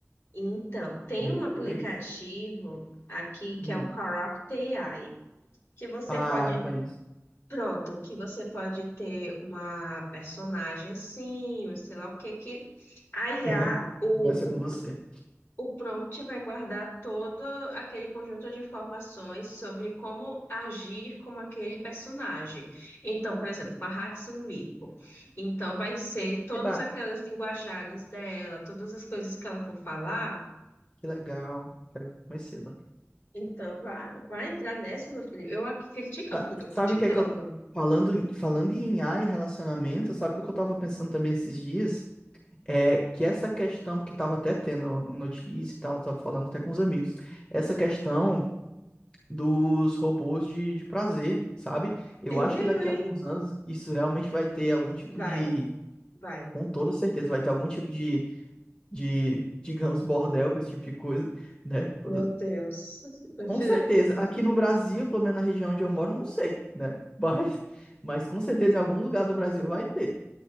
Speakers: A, on the left; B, on the left.
A: Então, tem
B: Primeira
A: um aplicativo
B: vez.
A: aqui que
B: Hum.
A: é o Corrupt AI, que você
B: Ah,
A: pode,
B: eu conheço.
A: pronto, que você pode ter uma personagem assim, ou sei lá o que que a IA,
B: Aham.
A: o,
B: Conversa com você.
A: o, o prompt vai guardar todo aquele conjunto de informações sobre como agir com aquele personagem. Então, por exemplo, com a Hatsune Miku, então vai ser todas
B: Eba.
A: aquelas linguajagens dela, todas as coisas que ela for falar
B: Que legal. Quero conhecê-la.
A: Então, vai, vai entrar nessa, meu filho. Eu aqui criticando,
B: Tá,
A: porque eu tô criticando.
B: Sabe o que é que eu. Falando, em- falando em IA e relacionamento, sabe o que eu tava pensando também esses dias? É que essa questão, porque estava até tendo notícia e tal, estava falando até com os amigos, essa questão dos robôs de, de prazer, sabe? Eu
A: Eu,
B: acho que daqui
A: hein?
B: a alguns anos isso realmente vai ter algum tipo
A: Vai,
B: de,
A: vai.
B: com toda certeza, vai ter algum tipo de, de, digamos, bordel com esse tipo de coisa, né? Com
A: Meu Deus. Meu
B: com
A: filho,
B: certeza. Aqui no Brasil, pelo menos na região onde eu moro, não sei, né? <laughs> Mas, mas com certeza em algum lugar do Brasil vai ter.